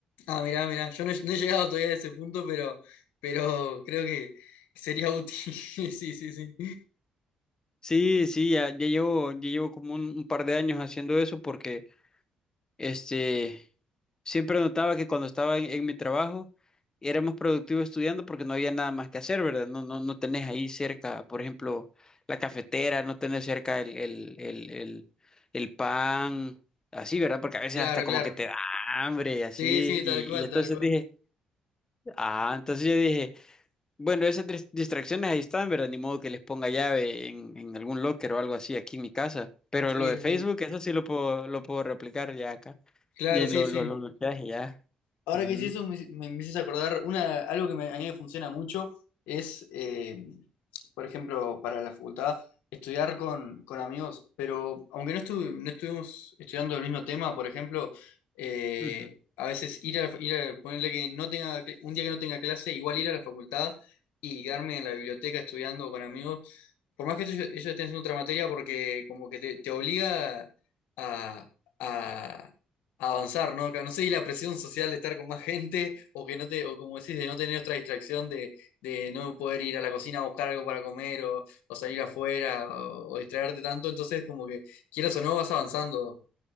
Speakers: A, on the left (about 90°); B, on the left (about 25°).
A: Ah, mirá, mirá, yo no, he no he llegado todavía a ese punto, pero, pero creo que sería útil. <laughs> Sí, sí, sí.
B: Sí, sí, ya, ya llevo, ya llevo como un, un par de años haciendo eso porque este, siempre notaba que cuando estaba en, en mi trabajo era más productivo estudiando porque no había nada más que hacer, ¿verdad? No, no, no tenés ahí cerca, por ejemplo, la cafetera, no tenés cerca el, el, el, el, el pan, así, ¿verdad? Porque a veces
A: Claro,
B: hasta como
A: claro.
B: que te da hambre, así,
A: Sí, sí, tal
B: y,
A: cual,
B: y entonces
A: tal cual.
B: dije... Ah, entonces yo dije, bueno, esas dis- distracciones ahí están, ¿verdad? Ni modo que les ponga llave en, en algún locker o algo así aquí en mi casa. Pero
A: Sí,
B: lo de Facebook,
A: sí.
B: eso sí lo puedo, lo puedo replicar ya acá.
A: Claro,
B: Y
A: sí,
B: lo,
A: sí.
B: lo, lo bloqueaje ya.
A: Ahora
B: Ujú,
A: que hiciste eso, me, me empiezas a acordar, una, algo que me- a mí me funciona mucho es, eh, por ejemplo, para la facultad, estudiar con, con amigos, pero aunque no, estu- no estuvimos estudiando el mismo tema, por ejemplo, eh,
B: ujú.
A: a veces ir a, ir a- ponerle que no tenga, cl- un día que no tenga clase, igual ir a la facultad y quedarme en la biblioteca estudiando con amigos, por más que ellos, ellos estén haciendo otra materia, porque como que te, te obliga a, a- a avanzar, ¿no? Que No sé, y la presión social de estar con más gente, o que no te, o como decís, de no tener otra distracción, de, de no poder ir a la cocina a buscar algo para comer, o, o salir afuera, o, o distraerte tanto, entonces como que quieras o no, vas avanzando.